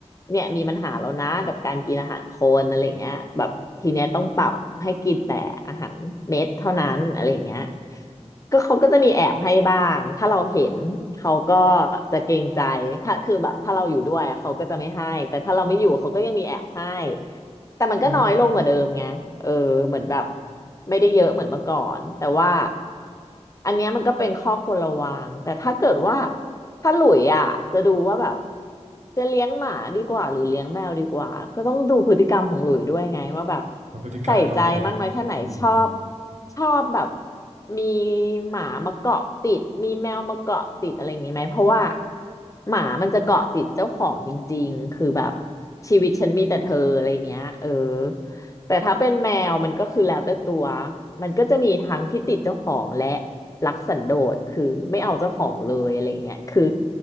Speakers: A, on the left; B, on the right.
A: เนี่ยมีปัญหาแล้วนะกับการกินอาหารคนอะไรเงี้ยแบบทีเนี้ยต้องปรับให้กินแต่อาหารเม็ดเท่านั้นอะไรเงี้ยก็เขาก็จะมีแอบให้บ้างถ้าเราเห็นเขาก็จะเกรงใจถ้าคือแบบถ้าเราอยู่ด้วยเขาก็จะไม่ให้แต่ถ้าเราไม่อยู่เขาก็ยังมีแอบให้แต่มันก็น้อยลงกว่าเดิมไงเออเหมือนแบบ
B: อ๋อ
A: ไม่ได้เยอะเหมือนเมื่อก่อนแต่ว่า อันเนี้ยมันก็เป็นข้อควรระวัง แต่ถ้าเกิดว่าถ้าหลุยอ่ะจะดูว่าแบบจะเลี้ยงหมาดีกว่าหรือเลี้ยงแมวดีกว่า ก็ต้องดูพฤติกรรมของหลุยด้วยไงว่าแบบ
B: พฤติกรรมต้องเป็น
A: ใส่ใจมากน้อยแค่ไหนชอบ
B: อืม
A: ชอบแบบมีหมามาเกาะติดมีแมวมาเกาะติดอะไรอย่างนี้ไหมเพราะว่าหมามันจะเกาะติดเจ้าของจริงๆคือแบบชีวิตฉันมีแต่เธออะไรอย่างเงี้ยเออแต่ถ้าเป็นแมวมันก็คือแล้วแต่ตัวมันก็จะมีทั้งที่ติดเจ้าของและ รักสันโดษคือไม่เอาเจ้าของเลยอะไรเงี้ยคือ